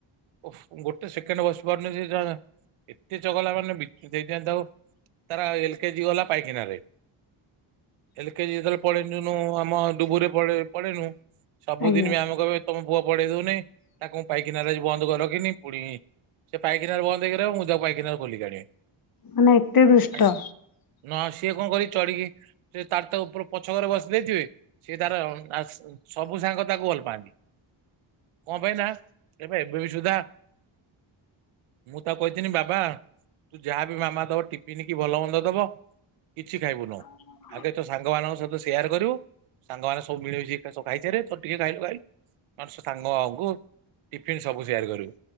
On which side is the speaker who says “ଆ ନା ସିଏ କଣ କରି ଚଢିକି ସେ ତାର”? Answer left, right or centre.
Right